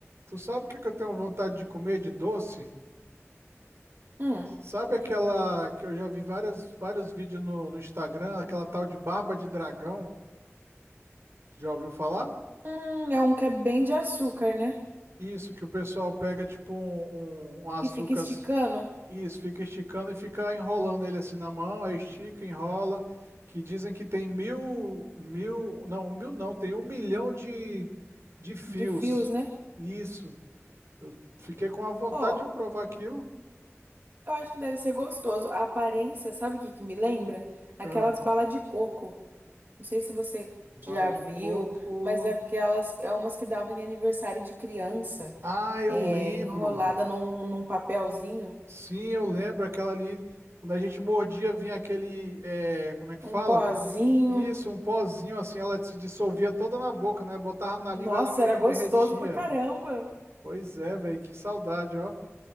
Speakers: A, on the right; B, on the right.
A: Tu sabe o que que eu tenho vontade de comer de doce?
B: Hum,
A: Sabe aquela que eu já vi várias, vários vídeos no, no Instagram, aquela tal de barba de dragão? Tu já ouviu falar?
B: hum, é um que é bem de açúcar, né?
A: Isso, que o pessoal pega tipo um, um, um açúcar,
B: E fica esticando
A: s- isso, fica esticando e fica enrolando ele assim na mão, aí estica, enrola, que dizem que tem mil, mil, não, mil não, tem um milhão de, de fios.
B: de fios, né?
A: Isso, eu fiquei com a vontade
B: Ó,
A: de provar aquilo.
B: eu acho que deve ser gostoso. A aparência, sabe o que que me lembra? Aquelas
A: Ah,
B: balas de coco. Não sei se você
A: bala
B: já
A: de
B: viu,
A: coco.
B: mas aquelas é umas que davam em aniversário de criança,
A: Ah, eu
B: é,
A: lembro.
B: enrolada num, num papelzinho,
A: Sim, eu lembro aquela ali, quando a gente mordia, vinha aquele, eh, como é que fala?
B: um pozinho.
A: Isso, um pozinho assim, ela se dissolvia toda na boca, né? Botava na língua,
B: Nossa,
A: ela meio
B: era
A: que
B: gostoso
A: derretia.
B: pra caramba.
A: Pois é, velho, que saudade, ó.